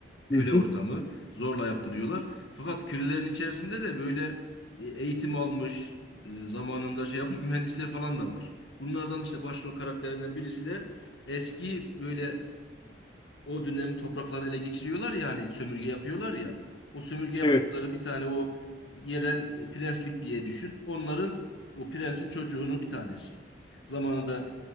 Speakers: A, on the left; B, on the left.
A: köle
B: Hı hı.
A: ortamı zorla yaptırıyorlar. Fakat kölelerin içerisinde de böyle e, eğitim almış, e, zamanında şey yapmış mühendisler falan da var. Bunlardan işte başrol karakterinden birisi de eski böyle o dönem topraklarını ele geçiriyorlar ya hani sömürge yapıyorlar ya. O sömürge yaptıkları
B: Evet.
A: bir tane o yerel e, prenslik diye düşün. Onların o prensin çocuğunun bir tanesi. Zamanında